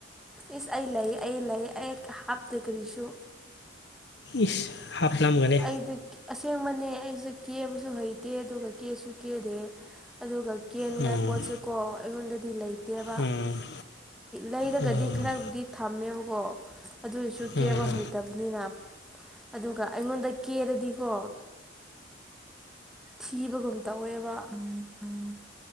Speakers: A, in the centre; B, on the left.
A: ꯏꯁ ꯑꯩ ꯂꯩ ꯑꯩ ꯂꯩ ꯑꯩ ꯍꯥꯞꯇꯦ ꯀꯔꯤꯁꯨ
B: ꯏꯁ ꯍꯥꯞꯂꯝꯒꯅꯦ
A: ꯑꯩꯗꯤ ꯑꯁꯦꯡꯕꯅꯦ ꯑꯩꯁꯦ ꯀꯦꯕꯁꯨ ꯍꯩꯇꯦ ꯑꯗꯨꯒ ꯀꯦꯁꯨ ꯀꯦꯗꯦ ꯑꯗꯨꯒ ꯀꯦꯟꯉꯥꯏ
B: ꯎꯝ
A: ꯄꯣꯠꯁꯨꯀꯣ ꯑꯩꯉꯣꯟꯗꯗꯤ ꯂꯩꯇꯦ ꯂꯩꯠꯇꯦꯕ
B: ꯎꯝ
A: ꯂꯩꯔꯒꯗꯤ
B: ꯎꯝ
A: ꯈꯔꯕꯨꯗꯤ ꯊꯝꯃꯦꯕꯀꯣ ꯑꯗꯨ ꯁꯨ
B: ꯎꯝ
A: ꯀꯦꯕ ꯍꯩꯇꯕꯅꯤꯅ ꯑꯗꯨꯒ ꯑꯩꯉꯣꯟꯗ ꯀꯦꯔꯗꯤꯀꯣ ꯊꯤꯕꯒꯨꯝ ꯇꯧꯋꯦꯕ ꯎ ꯎꯝ